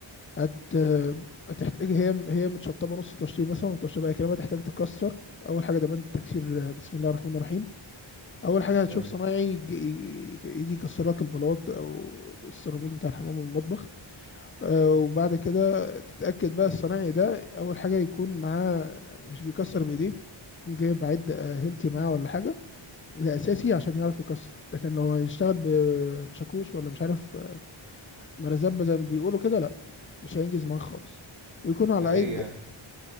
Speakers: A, on the left (about 25°); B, on the right (about 70°).
A: هت آه، هتحتاج هي هي متشطبة نص تشطيب مثلا وتشطيبها هي كلمة تحتاج تتكسر اول حاجة ده بند التكسير آه، بسم الله الرحمن الرحيم اول حاجة هتشوف
B: تمام
A: صنايعي يجي يجي يكسر لك البلاط او السيراميك بتاع الحمام والمطبخ آه، وبعد كده تتأكد بقى الصنايعي ده أول حاجة يكون معاه مش بيكسر بإيديه يكون جايب عد آه، هيلتي معاه ولا حاجة ده أساسي عشان يعرف يكسر لكن لو هيشتغل ب- بشاكوش ولا مش عارف آه، مرزبة زي ما بيقولوا كده لأ مش هينجز معاه خالص ويكون على
B: ده ليه
A: أي بج...
B: يعني